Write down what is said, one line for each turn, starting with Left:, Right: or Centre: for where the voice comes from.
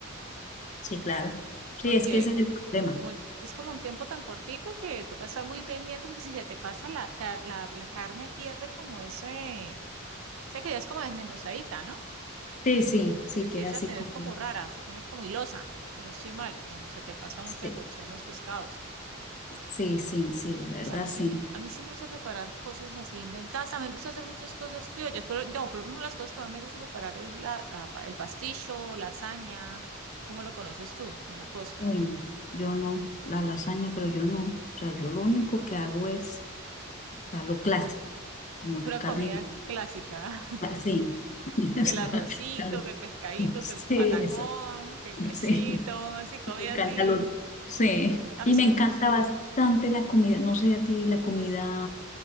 Left: Sí, claro, sí,
Right: Porque
Left: es que ese es el problema.
Right: como el- es como un tiempo tan cortico que toca estar muy pendiente porque si se te pasa la, car- la, la carne pierde como ese, o sea que ya es como desmenuzadita, ¿no?
Left: Sí, sí,
Right: Se,
Left: sí,
Right: se empieza
Left: queda así
Right: a tener
Left: como,
Right: como rara, se pone como hilosa, si no estoy mal, cuando se te pasa mucho
Left: sí,
Right: de cocción los pescados.
Left: sí, sí, sí, la
Right: Pues
Left: verdad,
Right: a mí
Left: sí.
Right: sí me, a mí sí me gusta preparar cosas así inventadas. También me gusta hacer muchas cosas criollas, pero no, por lo menos las cosas que más me gusta preparar es la, la pa- el pasticho, lasaña, ¿cómo lo conoces tú en la costa?
Left: Uy, no, yo no, la lasaña, pero yo no, o sea, yo lo único que hago es, o sea, lo clásico, como la
Right: Pura
Left: carne.
Right: comida clásica, <laughs>
Left: Ah, Sí, <laughs> O
Right: que
Left: sea,
Right: el arrocito,
Left: claro.
Right: que el pescadito,
Left: sí,
Right: que el patacón,
Left: eso,
Right: que el quesito,
Left: sí,
Right: así, comida
Left: me encanta
Right: así.
Left: lo, sí,
Right: A
Left: y
Right: mí sí
Left: me encanta
Right: me gusta.
Left: bastante la comida, no sé a ti, la comida